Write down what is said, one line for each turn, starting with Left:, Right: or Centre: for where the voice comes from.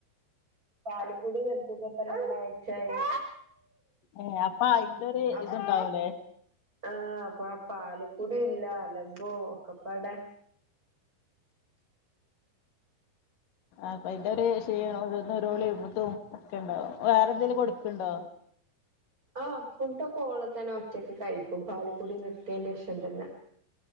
Right: പാലുക്കൂടി നിർത്തിട്ട്പ്പ രണ്ടാഴ്ച്ചായി
Left: ഏ അപ്പാ അയിൻ്റൊര്
Right: അപ്പൊ
Left: ഇതുണ്ടാവൂലേ
Right: ആഹ് അപ്പൊ പാലക്കടി ഇല്ല അലമ്പൂ ഒക്കെപ്പാടെ
Left: അപ്പൊ അതിന്റെ ഒരു ക്ഷീനോം ഒരുനെലോളിം ഇതു ഒക്കെ ഇണ്ടാകും അപ്പോ വേറെ എന്തേങ്കിലും കൊടുക്ക്ണ്ടോ
Right: ആഹ് ഫുഡ്ക്കെ ഓള് തന്നെ ഒറ്റക്ക് കഴിക്കും പാല്ക്കുടി നിർത്തേന്റെശം തന്നെ